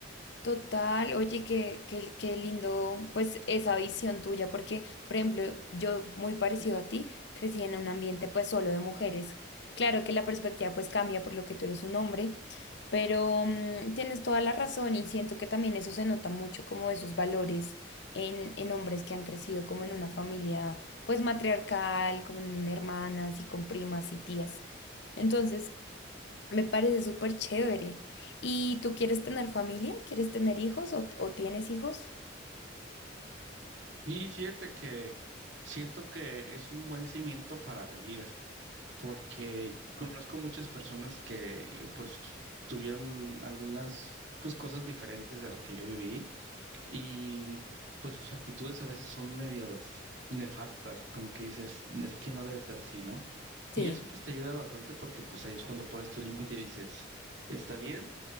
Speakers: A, on the left (about 60°); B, on the right (about 65°).
A: Total, oye, qué, qué, qué lindo, pues esa visión tuya, porque, por ejemplo, yo muy parecido a ti, crecí en un ambiente pues solo de mujeres. Claro que la perspectiva pues cambia por lo que tú eres un hombre, pero mm, tienes toda la razón y siento que también eso se nota mucho como esos valores en, en hombres que han crecido como en una familia pues matriarcal, con hermanas y con primas y tías. Entonces, me parece súper chévere. ¿Y tú quieres tener familia? ¿Quieres tener hijos o, o tienes hijos?
B: Y fíjate que siento que es un buen cimiento para la vida. porque conozco muchas personas que pues tuvieron algunas pues cosas diferentes a la que yo viví y pues sus actitudes a veces son medios nefastas, como que dices, es que no debe ser así, ¿no?
A: Sí,
B: Y eso pues te ayuda bastante porque pues ahí es cuando pones tu límite y dices, está bien,